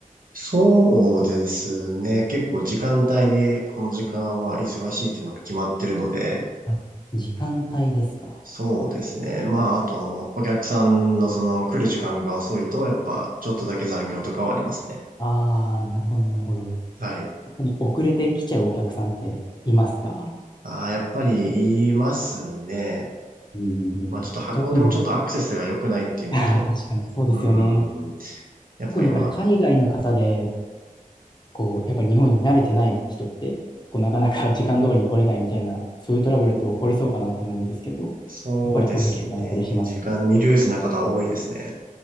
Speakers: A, on the right; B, on the left.
A: そうですね。結構時間帯に、この時間は忙しいっていうのが決まってるので、
B: あ、時間帯ですか。
A: そうですね。まあ、あと、お客さんのその来る時間が遅いと、やっぱちょっとだけ残業とかはありますね。
B: ああ、なるほど、なるほど。
A: はい。
B: やっぱり遅れてきちゃうお客さんっていますか
A: ああ、やっぱり言いますね。
B: うんうんうん。
A: まあ、ちょっと箱根もちょっとアクセスが良くないっていうのと、
B: 特に、<laughs> あー確かにそうですよね。
A: うーん。やっぱ今、
B: 特にやっぱり海外の方で、こう、やっぱり日本に慣れてない人って、こう、なかなか <laughs> 時間通りに来れないみたいな、そういうトラブルって起こりそうかなって思うんですけど、
A: そうですね。
B: やっぱりそういう気があったりしますか
A: 時間にルーズな方は多いですね。